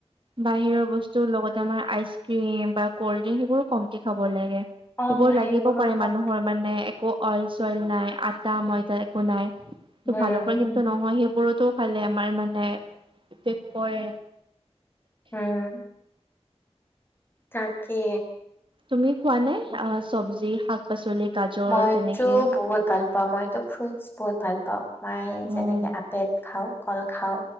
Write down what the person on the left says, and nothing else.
অ
সেইবোৰো
খাব
উম
উম তাকে
মইতো
বহুত ভাল প প মইতো ফ্ৰুটছ বহুত ভাল পাওঁ মই
যেনেকে আপেল খাওঁ কল খাও